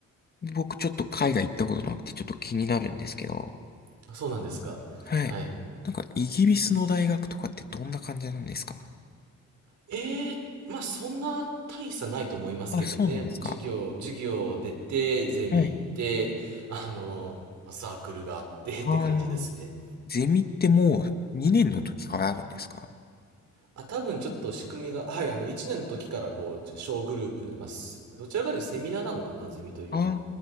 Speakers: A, on the left; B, on the right.
A: 僕ちょっと海外行ったことなくてちょっと気になるんですけど。
B: <laughs> あ、そうなんですか。
A: はい。
B: はい。
A: なんかイギリスの大学とかってどんな感じなんですか
B: ええ、まあ、そんな大差ないと思いますけどね。
A: あ、そうなんですか。
B: 授業、授業出て、ゼミ行って、
A: はい。
B: あの、まあサークルがあってって感じですね。
A: あーゼミってもう2年の時からあるんですか
B: あ、多分ちょっと仕組みが、はい、あの、1年の時からこう、小グループで、まあ、すどちらかというとセミナーなのかな、ゼミというよりは。
A: あ